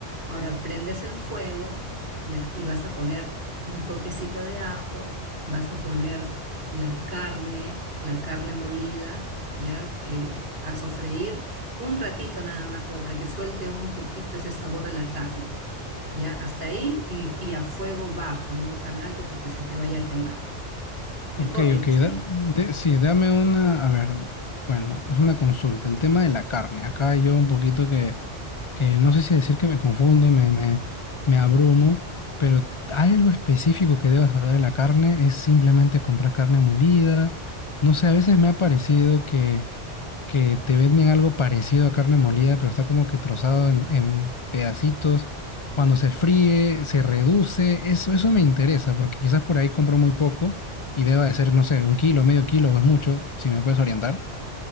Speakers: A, on the right; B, on the left.
A: Ahora prendes el fuego, ¿ya? Y vas a poner un toquecito de ajo, vas a poner la carne, la carne molida, ¿ya? Eh, a sofreír un ratito nada más, como para que suelte un poquito ese sabor de la carne, ¿ya? Hasta ahí y, y a fuego bajo, no tan alto porque se te vaya a quemar. ¿Me
B: Ok,
A: copias
B: ok.
A: hasta
B: da-
A: ahí?
B: de- sí, dame una, a ver, bueno, es una consulta. El tema de la carne. Acá yo un poquito que, que no sé si decir que me confundo, me, me, me abrumo, pero algo específico que debas saber de la carne es simplemente comprar carne molida. No sé, a veces me ha parecido que que te venden algo parecido a carne molida, pero está como que trozado en, en pedacitos. Cuando se fríe, se reduce. Eso, eso me interesa, porque quizás por ahí compro muy poco y deba de ser, no sé, un kilo, medio kilo o es mucho, si me puedes orientar.